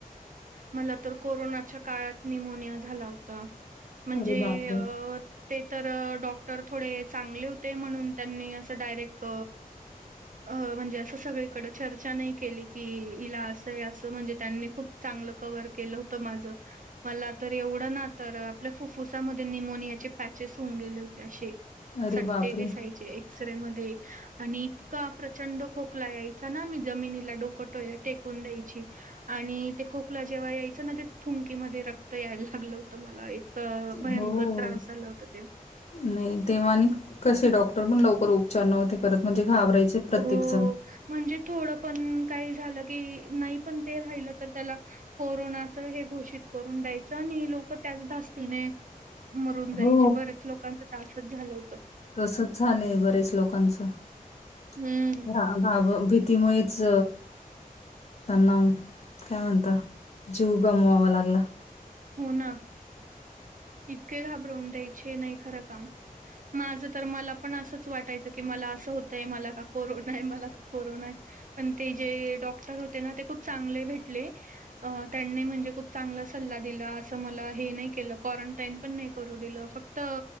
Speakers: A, on the right (about 65°); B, on the left (about 50°).
A: मला तर कोरोनाच्या काळात निमोनिया झाला होता म्हणजे
B: अरे बापरे!
A: अ ते तर डॉक्टर थोडे चांगले होते म्हणून त्यांनी असं डायरेक्ट अ म्हणजे असं सगळीकडे चर्चा नाही केली की इला असंय असं म्हणजे त्यांनी खूप चांगलं कवर केलं होतं माझं मला तर एवढं ना तर आपल्या फुफ्फुसामध्ये निमोनियाचे पॅचेस होऊन गेले होते असे
B: अरे
A: सट्टे
B: बापरे!
A: दिसायचे एक्सरे मध्ये आणि इतका प्रचंड खोकला यायचा ना मी जमिनीला डोकटोय टेकून द्यायची आणि ते खोकला जेव्हा यायचं ना ते थुंकी मध्ये रक्त यायला लागलं होतं मला अ
B: हो,
A: भयंकर त्रास झाला होता तेव
B: नाही तेव्हा आणि कसे डॉक्टर पण लवकर उपचार नव्हते करत म्हणजे घाबरायचे प्रत्येकजण.
A: हो म्हणजे थोडं पण काही झालं की नाही पण ते राहिलं तर त्याला कोरोनाच हे घोषित करून द्यायचं आणि लोक त्याच धास्तीने मरून जायचे
B: हो,
A: बर्याच लोकांच तासच झालं होत
B: तसच झालंय बरेच लोकांचभ
A: हम्म.
B: भीतीमुळे ज त्यांना काय म्हणत जीव गमवावा लागला
A: हो ना इतके घाबरवून द्यायचे नाही खरं काम माझ तर मला पण असंच वाटायचं की मला असं होतंय मला का कोरोना आहे मला का कोरोना आहे पण ते जे डॉक्टर होते ना ते खूप चांगले भेटले अ त्यांनी म्हणजे खूप चांगला सल्ला दिला अस मला हे नाही केलं, क्वारंटाईन पण नाही करू दिलं, फक्त